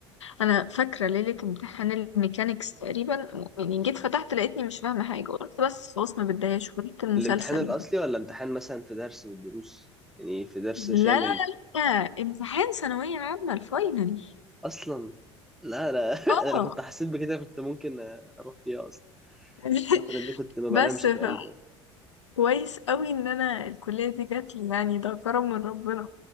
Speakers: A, on the left; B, in the centre.
A: انا فاكرة ليلة امتحان الميكانيكس تقريبا يعني جيت فتحت لقيتني مش فاهمة حاجة قلت بس خلاص ما بتضايقش وقلت المسلسل
B: الامتحان الأصلي ولا امتحان مثلا في درس من الدروس يعني في درس
A: لا
B: شامل
A: لا لا لا امتحان ثانوية عامة الفاينل
B: أصلا لا لا <laughs>
A: اه
B: أنا لو كنت حسيت بكده كنت ممكن أروح فيها أصلا
A: <laughs>
B: الفترة دي كنت ما بنامش
A: بس
B: تقريبا
A: ف- كويس قوي ان انا الكلية دي جات لي يعني ده كرم من ربنا